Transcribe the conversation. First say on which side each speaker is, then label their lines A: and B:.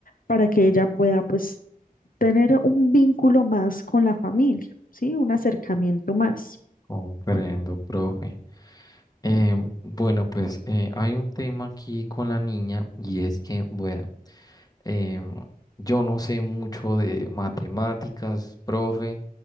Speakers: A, on the left; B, on the left.
A: para que ella pueda pues tener un vínculo más con la familia, ¿sí? Un acercamiento más.
B: Comprendo, profe. Eh, bueno, pues eh, hay un tema aquí con la niña y es que, bueno. Eh, yo no sé mucho de matemáticas, profe.